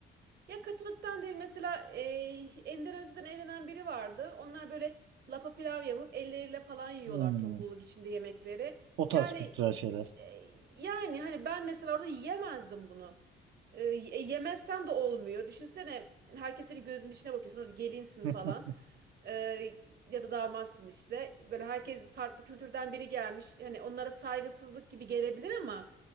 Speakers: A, on the right (about 55°); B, on the right (about 80°).
A: Ya katılıktan değil mesela e, Endonezya'dan evlenen biri vardı. Onlar böyle lapa pilav yapıp elleriyle falan yiyorlar
B: Hmm.
A: topluluk içinde yemekleri.
B: O tarz
A: Yani
B: kültürel şeyler.
A: e, yani hani ben mesela orada yiyemezdim bunu. Ee, E, yemezsen de olmuyor. Düşünsene herkes senin gözünün içine bakıyor. Sonra gelinsin
B: <laughs>
A: falan. E, ya da damatsın işte. Böyle herkes farklı kültürden biri gelmiş. Hani onlara saygısızlık gibi gelebilir ama